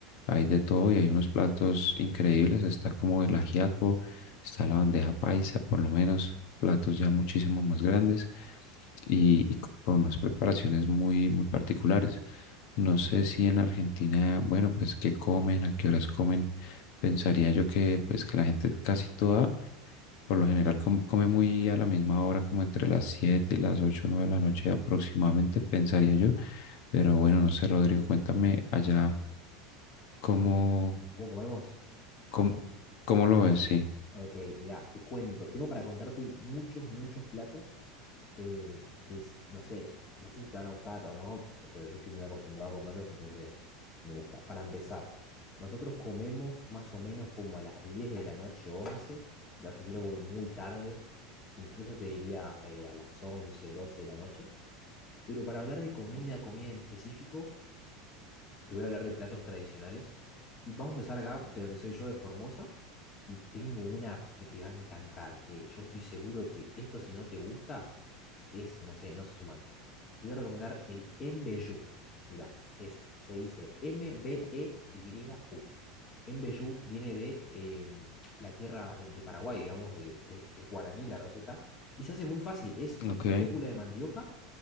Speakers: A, on the left; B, on the left.
A: hay de todo y hay unos platos increíbles. Está como el ajiaco, está la bandeja paisa, por lo menos, platos ya muchísimo más grandes. y, y con unas preparaciones muy, muy particulares. No sé si en Argentina, bueno, pues qué comen, a qué horas comen. Pensaría yo que pues que la gente casi toda, por lo general, com- come muy a la misma hora, como entre las 7 y las 8 o 9 de la noche aproximadamente, pensaría yo. Pero bueno, no sé, Rodrigo, cuéntame allá cómo,
B: ¿Cómo comemos?
A: cómo, cómo lo ves, sí.
B: Ok, mira, te cuento, tengo para contarte muchos, muchos platos eh, que es- no sé, no sé si te van a gustar o no, pero yo estoy muy acostumbrado a comerlos, entonces me gusta. Para empezar, nosotros comemos más o menos como a las 10 de la noche, 11. en Argentina voy muy tarde, incluso te diría eh, a las 11, 12 de la noche, pero para hablar de comida, comida en específico, te voy a hablar de platos tradicionales. Y vamos a empezar acá, de donde soy yo, de Formosa. Y tengo una que te va a encantar. Eh, yo estoy seguro que esto, si no te gusta, es, no sé, no sos humano. Te voy a recomendar el Mbeyu. Mira es, se dice M-B-E-Y-U. Mbeyu viene de eh, la tierra de Paraguay, digamos, de, es es guaraní la receta. Y se hace muy fácil. Es
A: Ok,
B: fécula de mandioca